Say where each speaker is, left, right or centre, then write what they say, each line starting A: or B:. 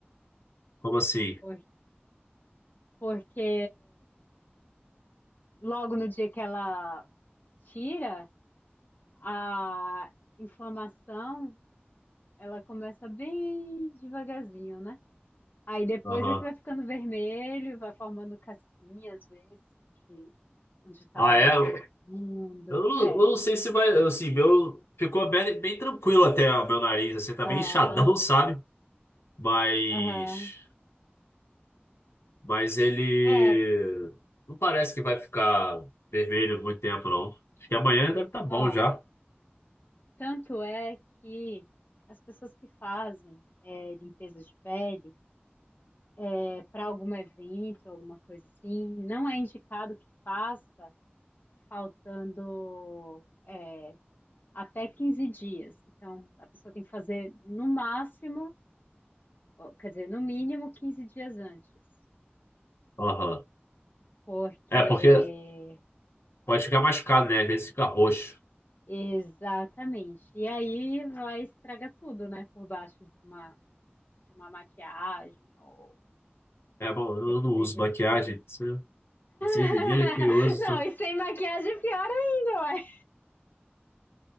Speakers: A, on the left; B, on the left.
A: Como assim?
B: Por- Porque logo no dia que ela tira, a inflamação, ela começa bem devagarzinho, né? Aí depois
A: Aham.
B: é que vai ficando vermelho, vai formando casquinha às vezes, onde onde estava
A: Ah,
B: mais
A: é?
B: profundo.
A: Eu não,
B: É,
A: eu não sei se vai. Assim, meu. Ficou bem, bem tranquilo até o meu nariz, assim, tá
B: ah,
A: bem inchadão, <laughs> sabe? Mas.
B: aham.
A: Mas ele.
B: É,
A: Não parece que vai ficar vermelho muito tempo, não. Acho que amanhã deve estar bom
B: ó,
A: já.
B: tanto é que as pessoas que fazem é, limpeza de pele é, para algum evento, alguma coisa assim, não é indicado que faça faltando é, até 15 dias. Então, a pessoa tem que fazer no máximo, ou, quer dizer, no mínimo 15 dias antes.
A: Aham.
B: Porque.
A: É, porque pode ficar machucado, né? Às vezes fica roxo.
B: Exatamente. E aí vai estragar tudo, né? Por baixo de uma, de uma maquiagem ou o
A: É bom, eu
B: que que
A: não uso
B: seja
A: maquiagem.
B: que.
A: se- Vocês
B: <laughs>
A: meninas que usam.
B: Não, e sem maquiagem é pior ainda, ué.